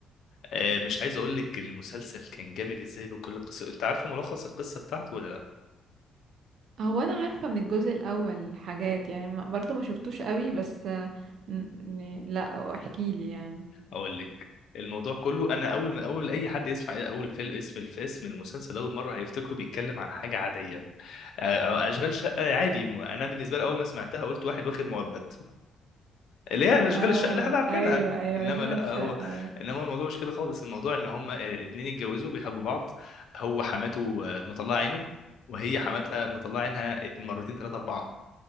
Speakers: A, on the left; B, on the right.
A: آه، مش عايز اقول لك المسلسل كان جامد ازاي بكل قصه انت عارفه ملخص القصه بتاعته ولا لا
B: هو انا عارفه من الجزء الاول حاجات يعني ما- برضو ما شفتوش قوي بس آه، ن- ن- لا احكي لي يعني
A: اقول لك الموضوع كله انا اول ما اول اي حد يسمع اول فيلم اسم الفيلم المسلسل اول مره هيفتكره بيتكلم عن حاجه عاديه أ- أ- اشغال شقه عادي م- انا بالنسبه لي اول ما سمعتها قلت واحد واخد مؤبت اللي هي
B: اه
A: اشغال الشقه اللي احنا عارفينها
B: ايوه ايوه
A: انما
B: اشغال
A: لا
B: شقة
A: هو انما الموضوع مش كده خالص الموضوع ان هما اتنين اتجوزوا بيحبوا بعض هو حماته آه، مطلعه عينه وهي حماتها مطلعه عينها مرتين ثلاثه اربعه